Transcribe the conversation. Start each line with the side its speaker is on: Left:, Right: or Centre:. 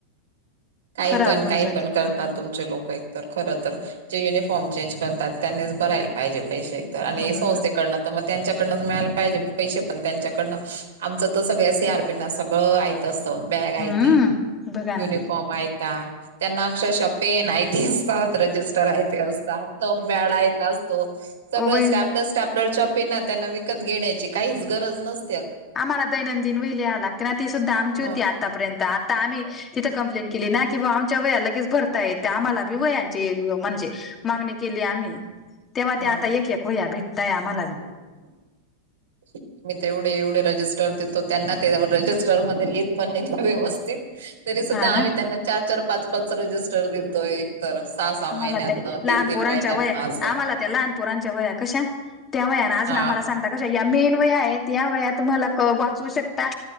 Right: काही
Left: खराब
Right: पण
Left: होऊन
Right: काही
Left: जात
Right: पण
Left: हा
Right: करतात तुमचे लोक तर खर तर. जे युनिफॉर्म चेंज करतात त्यांनीच भरायला पाहिजे पैसे एक तर. आणि
Left: हो
Right: संस्थेकडन
Left: ना
Right: तर मग त्यांच्याकडनं मिळायला पाहिजे पैसे पण त्यांच्याकडनं. आमचं तर सगळ्या सी आर पी ना सगळं आयत असत. बॅग आयती,
Left: हम्म बघा
Right: युनिफॉ
Left: ना
Right: फॉम आयता. त्यांना अक्षरश पेन अयती असतात रजस जस्टर आयते असतातं, थम पॅड अयता असतो. सगळ
Left: वही
Right: स्टप स्टप लर च्या पींना त्यांना विकत घेण्याची काहीच गरज नस
Left: आम्हाला दैनंदिन वई लिहायं लागते ना, ती सुद्धा आमची
Right: मग
Left: होती आतापर्यंत. आता आम्ही तिथं कंप्लेन केली ना कि बा आमच्या वया लगेच भरतायेत, तर आम्हाला बी वया च्याहीये म्हणजे मागणी केली आम्ही, तेव्हा
Right: मग
Left: ते आता एक एक वया भेटताय आम्हाला. बी
Right: <inaudible> मी तेवढे एवढे रजिस्टर देतो, त्यांना ते रजिस्टर मध्ये लिहित पण नईत् व्यवस्थित. तरी सुद्धा
Left: हा ना
Right: आम्ही त्यांना चार चार पाच पाचचा रजिस्टर देतो एक तर सहा सहा
Left: आम्हाला
Right: महिन्यातन,
Left: ते लहान
Right: तीन तीन
Left: पोरांच्या
Right: महिन्यातन
Left: वया
Right: असं.
Left: आम्हाला त्या लहानपुरांच्या वया कशा, त्या वयाने अजून
Right: हा
Left: आम्हाला सांगतात कशा या मेन वया आहेत, या वया तुम्हाला क वाचवू शकता.